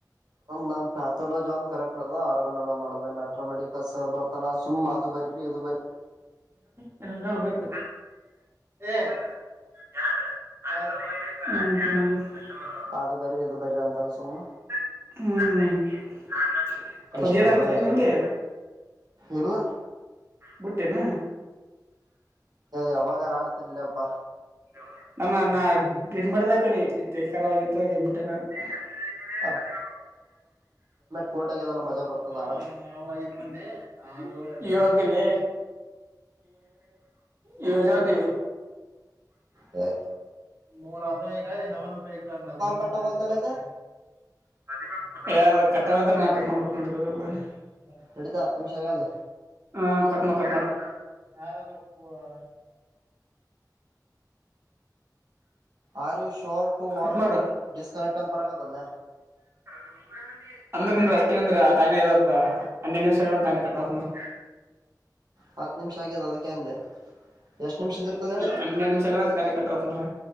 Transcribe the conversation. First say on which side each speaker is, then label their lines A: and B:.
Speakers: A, on the right; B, on the right.
A: ನಮ್ಮ ಪ್ಯಾಥಾಲಜಿ ಒಂದು ಕರೆಕ್ಟ್ ನಡದಾದ ಅರ್ಗನ್ ಒಂದು. ಮೆಟ್ರೋ ಮೆಡಿಕಲ್ ಸರ್ ಬರ್ತಾನ ಸುಮ್ಮ್ ಅದು ಬರಿ ಇದು ಬರ್ರಿ.
B: <unintelligible> ಎ ಬೇಕು ಏ. <unintelligible> <unintelligible> <unintelligible>
A: ಅದು ಬರಿರಿ ಇದು ಬರಿರಿ ಅಂತಾನ ಸುಮ್ಮ.
B: <unintelligible> <unintelligible> <unintelligible> ಪಬ್ಜಿ
A: ಇಷ್ಟ್
B: ಆಡ
A: ನಡ್ದ
B: ಕತೆನ
A: ಜನ
B: ಅಂಗೆ
A: ಇಲ್ಲ
B: ಬುಡತೇನ.
A: ಯಾವಗನ ಆಡತಿನಿ ಲೆ ಯಪ್ಪಾ.
B: <unintelligible> ಮಾಡದ ಕಡಿ ತರಿಖರವಾಗಿತ್ತು ಹೋಗಬಿಟ್ಟೆ ನು
A: ಹ <unintelligible>
B: ನದ
A: ಕೋಲ್ಡ್ ಆಗ್ಯದಲ್ಲ ಮಜಾ
B: ನದ
A: ಬರ್ತದ
B: ಬ
A: ಆಡಕ್
B: ನಾ್ ಐದ ಮಂದಿ ಆ ಇತಿ ಇ ಯಜತಿ
A: ಹ್ಮ
B: ಮೂರ ಅದು ಈಗ ಇನ್ನ ಒಂದು ಪೈಕ ನದಿ ಬಂದ
A: ಕಟ್ಟಾಗೋಲ್ತಲ್ಲ
B: ಒಂದ ಆಯ್ತದ
A: ಅದ
B: <unintelligible>
A: ನಡದು ಹತ್ತು ನಿಮಿಷ ಆಗ್ಯಾದ.
B: ಹ್ಮ್ಮ್ ಕಟ್ ಮಾಡ ಕಟ್ ಮಾಡ. <unintelligible>
A: R you sure to ವಾಂಟ್
B: cut ಮಾಡ
A: ಡಿಸ್ಕನೆಕ್ಟ್ ಅಂತ ಬರಕತ್ಯದ.
B: <unintelligible> ಅಂದ್ರ ಅಂದ್ರ ಅಷ್ಟೇನ ನಿಂದ್ರ ತಾನೇ <unintelligible> ಹನೆಡು ನಿಮಷಗಳಾನ ಕಟ್ಟ ಮಾಡತೀನ ನಿಂದ್ರ.
A: ಹತ್ತು ನಿಮಿಷ ಆಗಿದೆ ಅದಕ್ಕೆ ಅಂದೆ. ಎಷ್ಟ್ ನಿಮಿಷದ ಇರ್ತದ ಹೇಳದ
B: ಹನ್ನೇಡು ನಿಮಿಷ ಹಾಗನ ತಾನೇ ಕಟ್ ಅಗತ ನಿಂದ್ರ.